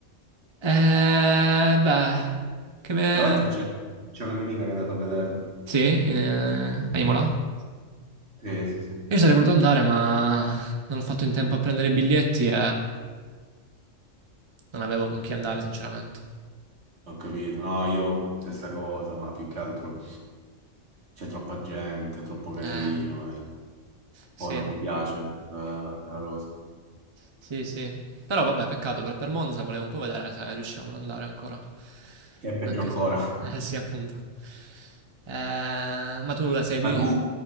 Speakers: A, on the right (about 30°); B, on the right (about 60°).
A: Eh, beh, che me...
B: Tra l'altro c'è c'è una mia amica che è andata a vederlo.
A: Sì, in, eh, a Imola?
B: Sì, sì, sì,
A: Io sarei voluto andare, ma non ho fatto in tempo a prendere i biglietti e Non avevo con chi andare, sinceramente.
B: ho capito. No, io stessa cosa, ma più che altro c'è troppa gente, troppo casino
A: Eh.
B: e poi
A: Sì,
B: non mi piace la, la cosa.
A: sì, sì. Però vabbè, peccato, per, per Monza volevo un po' vedere se riuscivamo ad andare ancora.
B: Che è peggio
A: Anche
B: ancora.
A: se... Eh sì, appunto. Eh, ma tu la segui
B: Ma tu,